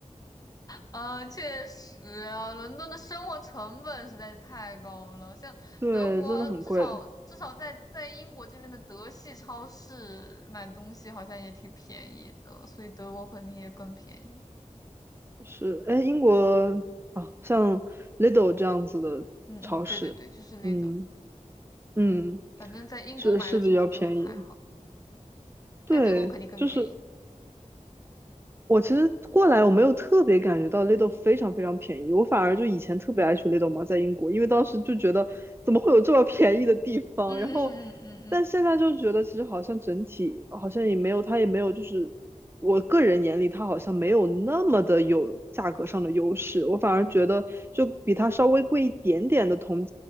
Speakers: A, on the left; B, on the right.
A: 嗯，确实啊，伦敦的生活成本实在是太高了。像德国，
B: 对，真的很贵，
A: 至少至少在在英国这边的德系超市买东西好像也挺便宜的，所以德国肯定也更便宜。
B: 是，哎，英国啊，像 Lidl 这样子的超市，
A: 嗯嗯，对对对，就是那种。
B: 嗯嗯，
A: 反正在英国买的时候就还好，
B: 是是比较便宜，对，
A: 在德国肯定更便宜。
B: 就是我其实过来我没有特别感觉到 Lidl 非常非常便宜，我反而就以前特别爱去 Lidl 嘛，在英国，因为当时就觉得怎么会有这么便宜的地方，
A: 嗯嗯嗯嗯
B: 然后但现在就觉得其实好像整体好像也没有，它也没有就是我个人眼里它好像没有那么的有价格上的优势，我反而觉得就比它稍微贵一点点的同，